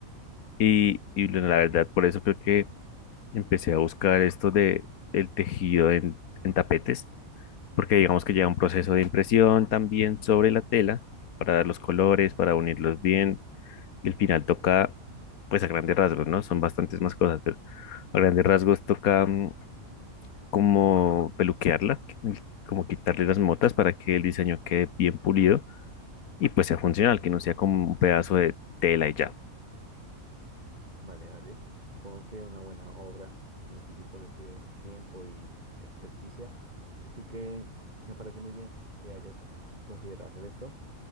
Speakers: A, on the left (about 80°); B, on the right (about 30°).
A: Y, y bueno, la verdad, por eso creo que empecé a buscar esto de el tejido en, en tapetes, porque digamos que lleva un proceso de impresión también sobre la tela para dar los colores, para unirlos bien. Y al final toca, pues a grandes rasgos, ¿no? Son bastantes más cosas, pero A grandes rasgos toca mm,
B: Ujú.
A: como peluquearla, qu- como quitarle las motas para que el diseño quede bien pulido y pues sea funcional, que no sea como un pedazo de tela y ya.
B: Vale, vale. Supongo que una buena obra en este tipo requiere tiempo y experticia. Así que me parece muy bien que hayas considerado hacer esto.